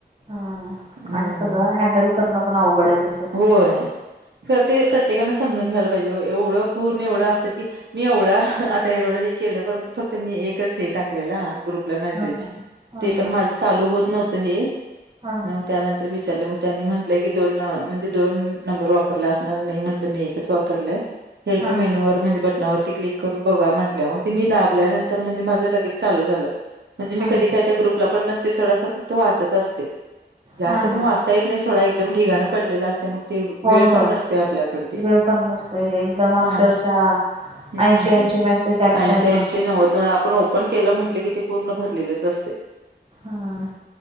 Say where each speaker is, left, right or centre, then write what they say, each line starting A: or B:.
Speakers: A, on the right; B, on the right.
A: हा
B: हम्म
A: आणि सगळं हँडल करणं पण अवघड आहे त्यांच.
B: होय खर ते प्रत्येकाना समजून घ्यायला पाहिजे एवढं पूर्ण एवढं असत की. मी एवढं आता एवढं हे केलं परंतु फक्त मी एकच हे टाकलेलं ग्रुप. ग्रुपला मेज
A: हां हां. हां
B: ते
A: हां.
B: पण माझ चालू होत नव्हतं हे
A: हां.
B: आणि मग. त्यानंतर विचारले मग त्यांनी म्हटलंय की दोन. म्हजे दोन नंबर वापरला असणार नाही म्हटलं मी एकच वापरलंय. हेल्प
A: हां
B: मेन्यूवर
A: हां.
B: म्हणजे बटनावरती क्लिक. करून बघा म्हटल्या मग ते मी दाबल्यानंतर म्हणजे माझं लगेच चालू झालं. म्हणजे मी
A: हां
B: कधी
A: हां.
B: काय त्या ग्रुपला पण नसते सोडंखर फक्त वाचत असते जास्त
A: हां हां.
B: पण वाचते. येत नाही सोडा एकदम दिगाना पडलेला असते मग. ते
A: होय,
B: वेळ
A: होय.
B: पण नसते आपल्याकड
A: वेळ पण नसतो एकदम अक्षरशः
B: हा. हम्म
A: ऐंशी ऐंशी मेसेज ॲट अ
B: ऐंशी
A: टाइम पडतात.
B: ऐंशी नव्वद. आपण ओपन केलं म्हट की ते पूर्ण भरलेलेच असते.
A: ह